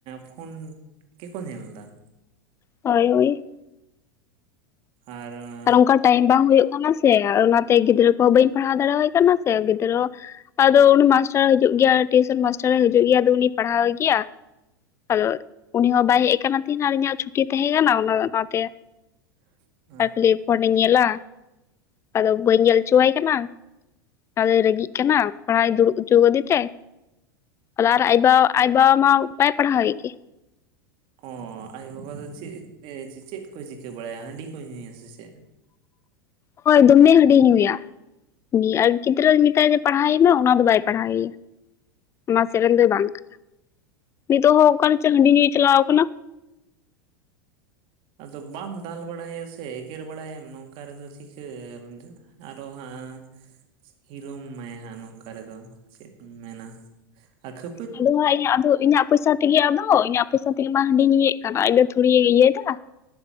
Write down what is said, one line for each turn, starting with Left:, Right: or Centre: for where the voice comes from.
Right: ᱯᱷᱳᱱ ᱜᱮᱠᱚ ᱧᱮᱞ ᱮᱫᱟ, ᱾
Left: ᱦᱳᱭ ᱦᱳᱭ ᱾
Right: ᱟᱨᱻ ᱾
Left: ᱟᱨ ᱚᱱᱠᱟ ᱴᱟᱭᱤᱢ ᱵᱟᱝ ᱦᱩᱭᱩᱜ᱾ ᱥᱮ ᱚᱱᱟᱛᱮ ᱜᱤᱫᱽᱨᱟᱹ ᱠᱚᱦᱚᱸ ᱵᱟᱹᱧ ᱯᱟᱲᱦᱟᱣ ᱫᱟᱲᱮᱣᱟᱭ ᱠᱟᱱᱟ ᱥᱮ ᱜᱤᱫᱽᱨᱟᱹ ᱟᱫᱚ ᱩᱱᱤ ᱢᱟᱥᱴᱚ ᱢᱟᱥᱴᱟᱨ ᱦᱤᱡᱩᱜ ᱜᱮᱭᱟ ᱴᱤᱭᱩᱥᱚᱱ ᱢᱟᱥᱴᱟᱨᱭ ᱦᱤᱡᱩᱜ ᱜᱮᱭᱟ ᱟᱫᱚ ᱩᱱᱤ ᱯᱟᱲᱦᱟᱣᱮ ᱜᱮᱭᱟ᱾ ᱟᱫᱚ ᱩᱱᱤ ᱦᱚᱸ ᱵᱟᱭ ᱦᱮᱡ ᱟᱠᱟᱱᱟ ᱛ ᱛᱟᱦᱮᱱᱟ ᱤᱧᱟᱜ ᱪᱷᱩᱴᱤ ᱛᱟᱦᱮᱸ ᱠᱟᱱᱟ ᱚᱱᱟ ᱚᱱᱟ ᱛᱮ
Right: <inaudible>
Left: ᱟᱨ ᱠᱷᱟᱹᱞᱤ ᱯᱷᱳᱱᱤᱧ ᱧᱮᱞᱟ ᱟᱫᱚ ᱵᱟᱹᱧ ᱧᱮᱞ ᱦᱚᱪᱚᱣᱟᱭ ᱠᱟᱱᱟ ᱾ ᱟᱨᱮ ᱨᱟᱹᱜᱤᱜ ᱠᱟᱱᱟ ᱯᱟᱲᱦᱟᱜ ᱫᱩᱲᱩᱵ ᱦᱚᱪᱚ ᱟᱫᱮ ᱛᱮ ᱟᱫᱚ ᱟᱨ ᱟᱭ ᱵᱟ ᱟᱭ ᱵᱟ ᱢᱟ ᱵᱟᱭ ᱯᱟᱲᱦᱟᱣ ᱮ ᱜᱮ
Right: ᱚᱻ ᱟᱡ ᱵᱟᱵᱟ ᱫᱚ ᱪᱮᱫ ᱪᱮᱫ ᱠᱚᱭ ᱪᱤᱠᱟᱹ ᱵᱟᱲᱟᱭᱟ ᱦᱟᱺᱰᱤ ᱠᱚ ᱧᱩᱭᱟ ᱥᱮ ᱪᱮᱫ?
Left: ᱦᱳᱭ ᱫᱚᱢᱮ ᱦᱟᱹᱰᱤ ᱧᱩᱭᱟ ᱾ ᱩᱱᱤ ᱟᱨ ᱜᱤᱫᱽᱨᱟᱹᱧ ᱢᱮᱛᱟᱭᱟ ᱡᱮ ᱯᱟᱲᱦᱟᱣ ᱢᱮ ᱚᱱᱟ ᱫᱚ ᱵᱟᱭ ᱯᱟᱲᱦᱟᱣᱮᱭᱟ ᱾ ᱚᱱᱟ ᱥᱮᱜᱨᱮᱱ ᱫᱚᱭ ᱵᱟᱝ ᱠᱟᱱᱟ᱾ ᱱᱤᱛᱚᱜ ᱦᱚᱸ ᱚᱠᱟᱨᱮ ᱪᱚ ᱦᱟᱸᱰᱤ ᱧᱩᱭ ᱪᱟᱞᱟᱣ ᱠᱟᱱᱟ ᱾
Right: ᱟᱫᱚ ᱵᱟᱢ ᱫᱟᱞ ᱵᱟᱲᱟᱭᱮᱭᱟ ᱥᱮ ᱮᱜᱮᱨ ᱵᱟᱲᱟᱭᱮᱢ ᱱᱚᱝᱠᱟ ᱨᱮᱫᱚ ᱪᱤᱠᱟᱹ ᱟᱨᱚ ᱦᱟᱸᱜ᱾ ᱦᱤᱨᱳᱢ ᱢᱟᱭ ᱦᱟᱸᱜ ᱱᱚᱝᱠᱟ ᱨᱮᱫᱚ ᱪᱮᱫ ᱮᱢ ᱢᱮᱱᱟ, ᱟᱨ ᱠᱷᱟᱹ
Left: ᱟᱫᱚ ᱦᱟᱸᱜ ᱤᱧᱟᱹᱜ ᱟᱫᱚ ᱤᱧᱟᱹᱜ ᱯᱚᱭᱥᱟ ᱛᱮᱜᱮ ᱟᱫᱚ ᱤᱧᱟᱜ ᱯᱩᱭᱥᱟᱹ ᱛᱮᱜᱮ ᱢᱟ ᱦᱟᱺᱰᱤ ᱧᱩᱭᱮᱜ ᱠᱟᱱ᱾ ᱟᱡ ᱫᱚ ᱛᱷᱚᱲᱤ ᱤᱭᱟᱹᱭᱫᱟ᱾